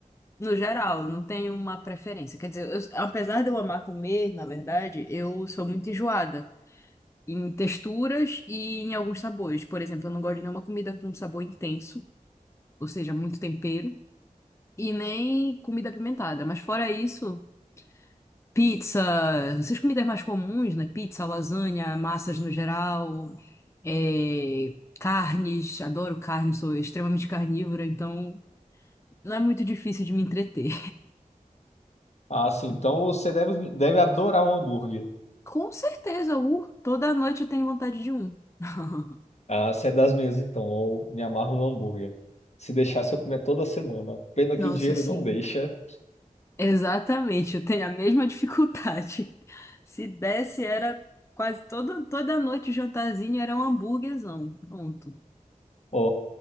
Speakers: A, on the left (about 20°); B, on the left (about 55°).
A: no geral, eu não tenho uma preferência. Quer dizer, eu- apesar de eu amar comer, na verdade, eu sou muito enjoada. em texturas e em alguns sabores. Por exemplo, eu não gosto de nenhuma comida com sabor intenso, ou seja, muito tempero, e nem comida apimentada. Mas fora isso, pizza, essas comidas mais comuns, né? Pizza, lasanha, massas no geral, é, carnes, adoro carne, sou extremamente carnívora, então não é muito difícil de me entreter.
B: Ah, sim. Então você deve, deve adorar um hambúrguer.
A: <laughs> Com certeza, uh, toda noite eu tenho vontade de um. <laughs>
B: Ah, você é das minhas, então. Eu me amarro no hambúrguer. Se deixasse, eu comia toda semana. Pena
A: Nossa,
B: que o dinheiro
A: assim.
B: não deixa.
A: Exatamente, eu tenho a mesma dificuldade. <laughs> Se desse, era quase toda, toda noite o jantarzinho era um hambúrguerzão. Pronto.
B: Ó,